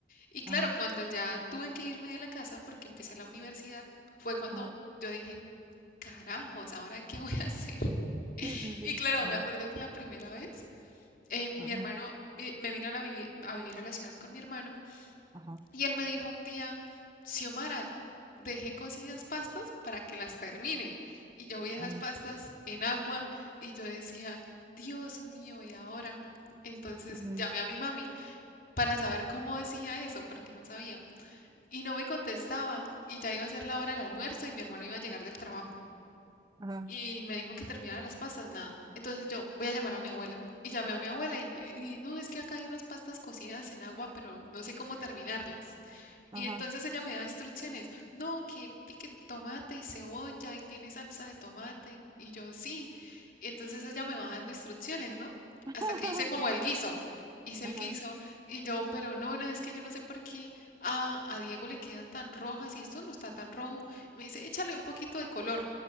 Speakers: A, on the left; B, on the right.
A: Y claro,
B: ajá,
A: cuando ya tuve que irme de la casa porque empecé la universidad, fue cuando
B: ajá.
A: yo dije, carajos, ¿ahora qué voy a hacer? <laughs>
B: <laughs> Sí, sí, sí.
A: Y claro,
B: Ajá,
A: me acuerdo que la primera vez, eh, mi
B: ajá,
A: hermano, eh, me vine a, la vivi- a vivir a la ciudad con mi hermano
B: ajá,
A: y él me dijo un día, Xiomara, dejé cocidas pastas para que las termine. Y yo vi esas
B: ajá.
A: pastas en agua y yo decía, Dios mío, ¿y ahora? Entonces
B: Ujú.
A: llamé a mi mami para saber cómo hacía eso, porque no sabía. Y no me contestaba. Y ya iba a ser la hora del almuerzo y mi hermano iba a llegar del trabajo.
B: Ajá,
A: Y me dijo que terminara las pastas, nada. Entonces yo voy a llamar a mi abuela. Y llamé a mi abuela y, y no, es que acá hay unas pastas cocidas en agua, pero no sé cómo terminarlas. Y
B: ajá.
A: entonces ella me da instrucciones, no, que pique tomate y cebolla y tiene salsa de tomate. Y yo sí. Y entonces ella me va dando instrucciones, ¿no?
B: <laughs>
A: Hasta que hice como el guiso. Hice el
B: Ajá,
A: guiso y yo, pero no, no, es que yo no sé por qué a, a Diego le quedan tan rojas y esto no está tan rojo. Me dice, échale un poquito de color.